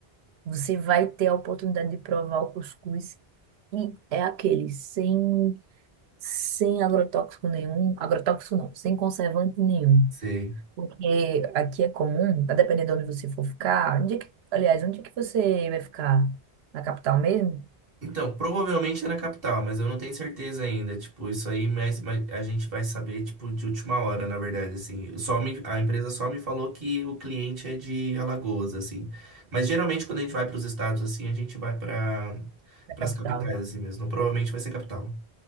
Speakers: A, on the right; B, on the right.
A: Você vai ter a oportunidade de provar o cuscuz e é aquele sem sem agrotóxico nenhum, agrotóxico não, sem conservante nenhum.
B: sei.
A: Porque aqui é comum, a depender de onde você for ficar, onde é que, aliás, onde é que você vai ficar? Na capital mesmo?
B: Então, provavelmente é na capital, mas eu não tenho certeza ainda. Tipo, isso aí, mas, mas a gente vai saber, tipo, de última hora, na verdade, assim. Só me, a empresa só me falou que o cliente é de Alagoas, assim. Mas geralmente quando a gente vai para os estados, assim, a gente vai para
A: Na
B: as
A: capital.
B: capitais, assim mesmo. Então, provavelmente vai ser capital.